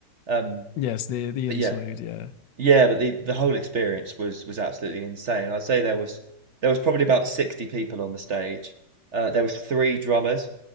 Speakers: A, on the right (about 45°); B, on the left (about 80°).
A: Um,
B: Yes, the the
A: but
B: interlude,
A: yeah,
B: yeah.
A: yeah, but the the whole experience was was absolutely insane. I'd say there was there was probably about 60 people on the stage. Uh, there was three drummers,